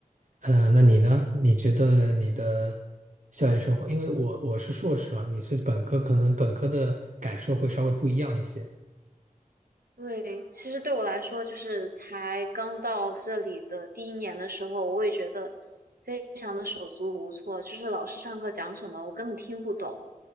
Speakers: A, on the right; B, on the right.
A: 嗯、呃那你呢？
B: 嗯。
A: 你觉得你的校园生活，因为我我是硕士嘛，你是本科，可能本科的感受会稍微不一样一些。
B: 对，其实对我来说，就是才刚到这里的第一年的时候，我也觉得非常的手足无措，就是老师上课讲什么，我根本听不懂，